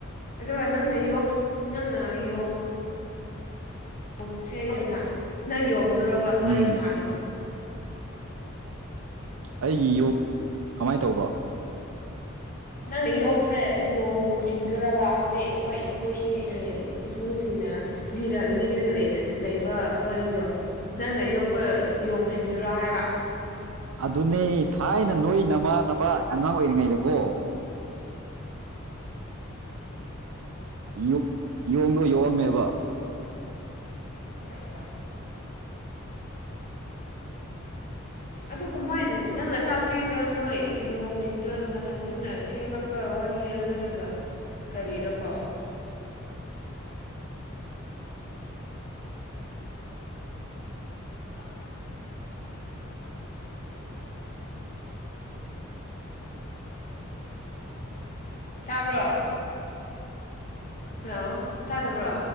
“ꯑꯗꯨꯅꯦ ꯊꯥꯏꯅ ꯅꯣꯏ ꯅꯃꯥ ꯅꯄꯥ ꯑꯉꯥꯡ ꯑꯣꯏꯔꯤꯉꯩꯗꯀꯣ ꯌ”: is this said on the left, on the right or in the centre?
Right